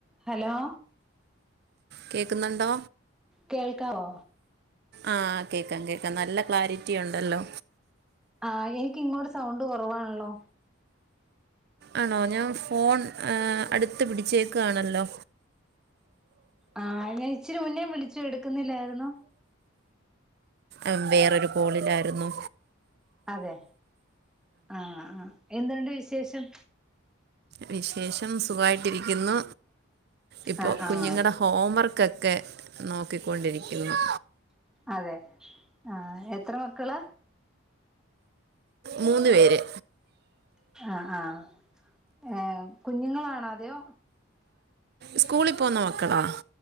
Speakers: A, in the centre; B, on the right.
A: Hello
B: കേൾക്കുന്നുണ്ടോ
A: കേൾക്കാവൊ?
B: ആഹ കേക്കാം കേക്കാം നല്ല ക്ലാരിറ്റിയുണ്ടല്ലോ?
A: ആഹ് എനിക്കിങ്ങോട്ട് സൗണ്ട് കൊറവാണല്ലോ?
B: ആണോ ഞാൻ ഫോൺ അടുത്ത് പിടിച്ചേക്കുകയാണല്ലോ
A: ആഹ് ഞാ ഇച്ചിരി മുന്നേ വിളിച്ചു എടുക്കുന്നില്ലായിരുന്നോ
B: അഹ് വേറൊരു കോളിലായിരുന്നു
A: അതെ ആഹ് ആ്ഹ് എന്ണ്ട് വിശ ശേഷം
B: വിശേഷം സുഖമായിട്ടിരിക്കുന്നു ഇപ്പൊ
A: ആഹ് ആഹ്
B: കുഞ്ഞുങ്ങളുടെ ഹോംവർക്ക് കക്കെ നോക്കിക്കൊണ്ടിരിക്കുന്നു
A: അതെ ആഹാ എത്രെ മക്കള്?
B: മൂന്നു പേര്
A: ആഹ് ആഹ് ഏഹ് കുഞ്ഞുങ്ങള കാണതോ
B: സ്കൂളി പോവ്ന്ന മക്കെളാ